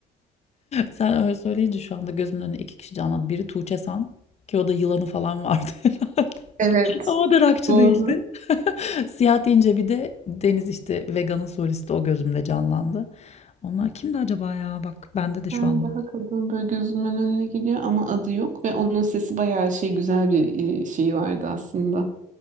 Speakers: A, on the left; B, on the right.
A: Sen öyle söyleyince şu anda gözümün önüne iki kişi canlandı. Biri Tuğçe San ki o da yılanı falan vardı <laughs> herhalde.
B: Evet.
A: Ama o da rockçı
B: Doğru.
A: değildi. <laughs> Siyah deyince bir de Deniz işte Vega'nın solisti o gözümde canlandı. Onlar kimdi acaba ya? Bak bende de şu
B: Yani
A: an.
B: daha kadın böyle gözümün önüne geliyor ama adı yok ve onun sesi bayağı şey güzel bir e, şeyi vardı aslında.